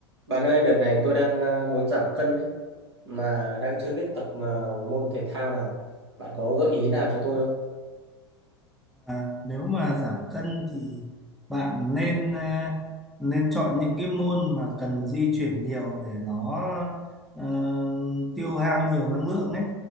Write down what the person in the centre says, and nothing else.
À, nếu mà giảm cân thì bạn nên à, nên chọn những cái môn mà cần di chuyển nhiều để nó ờ, tiêu hao nhiều năng lượng ấy.